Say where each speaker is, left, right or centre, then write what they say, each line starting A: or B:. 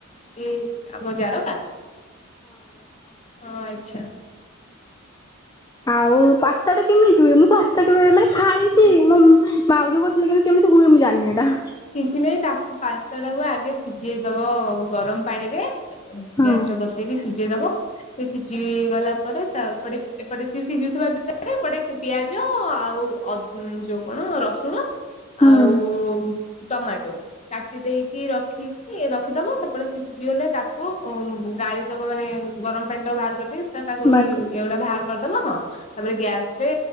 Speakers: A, on the left; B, on the left.
A: ଏଇ ଆମ ଜାରକା ହଁ ଆଛା।
B: ଆଉ ପାସ୍ତା ଟା କେମିତି ହୁଏ ମୁଁ ପାସ୍ ସ୍ତା କେବେ ମାନେ ଖାଇଚି ମୋ ଭାଉଜ କହୁଥିଲେ କିନ୍ତୁ କେମିତି ହୁଏ ମୁଁ ଜାଣିନି ହେଇଟା।
A: କିଛି ନାହିଁ ତାକୁ ପାସ୍ତାଟା କୁ ଆଗେ ସିଝେଇ ଦବ ଗରମ ପାଣିରେ
B: ହଁ
A: ଗ୍ୟାସ ରେ ବଷେଇ ବି ସିଜେଇ ଦବ ସେ ସିଝି ଗଲା ପରେ ତା ଏପଟେ ଏପଟେ ସିଏ ସିଝୁଥିବା ଭିତରେ ଏପଟେ ପିଆଜ ଆଉ ଉ ଅଦ ଉଁ ଯୋଉ କଣ ରସୁଣ
B: ହୁଁ
A: ଆଉ ଟମାଟୋ କାଟି ଦେଇକି ରଖ ରଖିକି ରଖିଦବ ସେପଟେ ସିଏ ସିଝିଗଲେ ତାକୁ ଉଁ ଗାଳି ଦବ ମାନେ ଗରମ ପାଣିତକ ବାହାର କରିଦେଇ ତାକୁ
B: ବାଗ
A: ଇ ଏଗୁଡା ବାହାର କରିଦବ ହଁ ତାପରେ ଗ୍ୟାସ ରେ